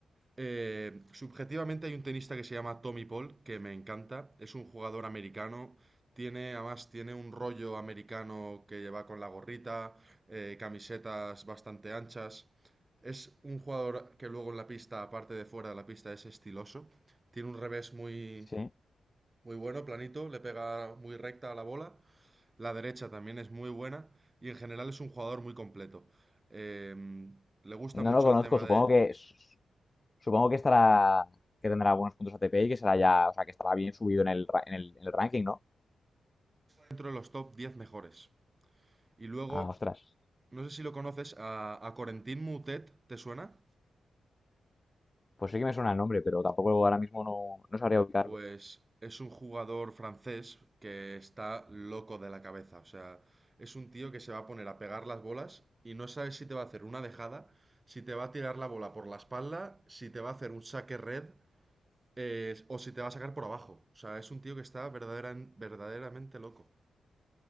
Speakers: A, on the right; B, on the left.
A: Eh, subjetivamente hay un tenista que se llama Tommy Paul, que me encanta. Es un jugador americano. Tiene, además, tiene un rollo americano que lleva con la gorrita, eh, camisetas bastante anchas. Es un jugador que luego en la pista, aparte de fuera de la pista, es estiloso. Tiene un revés muy,
B: Sí.
A: muy bueno, planito, le pega muy recta a la bola. La derecha también es muy buena y en general es un jugador muy completo. Em, le gusta
B: No
A: mucho
B: lo conozco,
A: el tema
B: supongo
A: de...
B: que supongo que estará que tendrá buenos puntos ATP y que será ya, o sea, que estará bien subido en el, ra- en el, en el ranking, ¿no?
A: Dentro de los top 10 mejores. Y luego,
B: Ah, ostras.
A: no sé si lo conoces, a, a Corentin Moutet, ¿te suena?
B: Pues sí que me suena el nombre, pero tampoco ahora mismo no, no sabría ubicarlo.
A: Pues es un jugador francés que está loco de la cabeza. O sea, es un tío que se va a poner a pegar las bolas y no sabes si te va a hacer una dejada, si te va a tirar la bola por la espalda, si te va a hacer un saque red eh, o si te va a sacar por abajo. O sea, es un tío que está verdadera- verdaderamente loco.